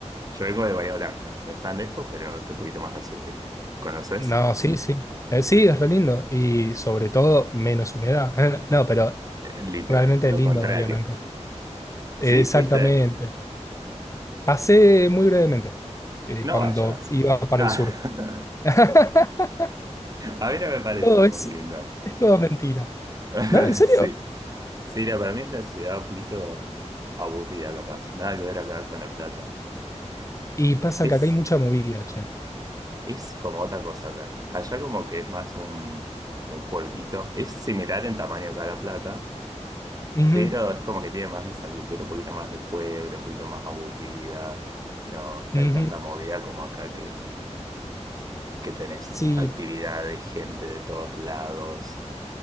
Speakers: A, on the right; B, on the left.
A: Yo vengo de Bahía Blanca. No es tan lejos, pero estoy un poquito más al sur, ¿viste? ¿Conoces?
B: No, sí, sí. Eh, sí, es re lindo. Y sobre todo, menos humedad. <laughs> No, pero
A: Eh, Literal,
B: realmente
A: lo
B: es lindo
A: contrario.
B: Bahía Blanca.
A: ¿Sí?
B: Exactamente.
A: ¿Fuiste?
B: Pasé muy brevemente eh,
A: No
B: cuando
A: vayas.
B: iba para
A: Ah,
B: el sur.
A: <laughs>
B: <laughs>
A: a mí no me parece
B: Todo
A: muy
B: es,
A: lindo.
B: es todo mentira.
A: <laughs>
B: ¿No? ¿En serio?
A: Sí. Sí, mira, para mí es una ciudad un poquito aburrida, capaz. Nada que ver acá con La Plata.
B: Y pasa
A: Es,
B: que acá hay mucha movida, che.
A: es como otra cosa acá. Allá como que es más un, como un pueblito. Es similar en tamaño acá a La Plata,
B: Ujú,
A: pero es como que tiene más esa cultura un poquito más de pueblo, un poquito más aburrida. No, no
B: ujú.
A: hay tanta movida como acá que, que tenés
B: Sí,
A: actividades, gente de todos lados,